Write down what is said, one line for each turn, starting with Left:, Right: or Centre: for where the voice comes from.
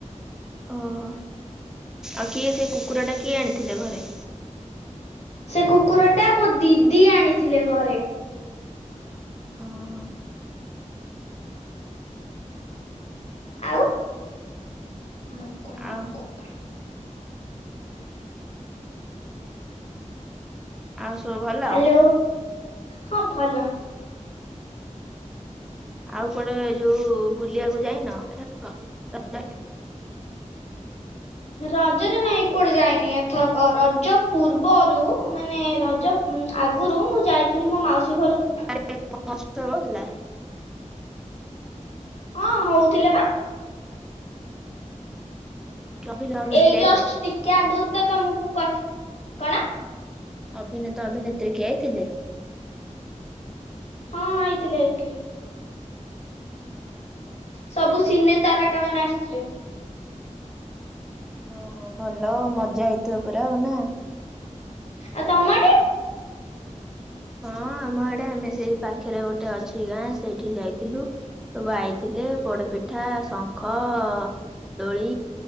Centre: ଓହୋ ଆଉ କିଏ ସେଇ କୁକୁର ଟା କିଏ ଆଣିଥିଲେ ଘରେ?
Left: ସେ କୁକୁର ଟା ମୋ ଦିଦି ଆଣିଥିଲେ ଘରେ।
Centre: ଓହୋ
Left: ଆଉ ମକ ମକ
Centre: ଆଉ
Left: ପାଣି।
Centre: ଆଉ ସବୁ ଭଲ?
Left: ହ୍ୟାଲୋ ହଁ ଭଲ।
Centre: ଆଉ କୁଆଡେ ଯୋଉ ବୁଲିବାକୁ ଯାଇନ? <unintelligible>
Left: ରଜରେ ନାଇଁ କୁଆଡେ ଯାଇନି ଏଥରକ ରଜ ପୂର୍ବରୁ ମାନେ ରଜ ହୁଁ ଆଗରୁ ମୁଁ ଯାଇଥିଲି ମୋ ମାଉସୀ ଘରକୁ
Centre: <unintelligible> ହେଉଥିଲା।
Left: ହଁ ହଉଥିଲା ପା।
Centre: ଅଭିନୟ ଅଭିନେତ୍ରୀ
Left: ଏଇ
Centre: ଆଇଥିଲେ
Left: ଜଷ୍ଟ ଟିକେ ଆଗରୁ ତ ତମକୁ କ କଣ?
Centre: ଅଭିନେତା ଅଭିନେତ୍ରୀ କିଏ ଆଇଥିଲେ?
Left: ହଁ ଆଇଥିଲେ ଆଇଥିଲେ।
Centre: ହୁଁ ହୁଁ।
Left: ସବୁ ସିନେ ତାରେକାମାନେ ଆସଚେ
Centre: ଓହୋ ଭଲ ମଜା ହେଇଥିବ ପୁରା ଆଉ ନା?
Left: ଆଉ ତମ ଆଡେ?
Centre: ହଁ ଆମ ଆଡେ ଆମେ ସେଇ ପାଖରେ ଗୋଟେ ଅଛି ଗାଁ ସେଇଠିକି ଯାଇଥିଲୁ। ସବୁ ଆଇଥିଲେ ପୋଡପିଠା ଶଙ୍ଖ ଦୋଳି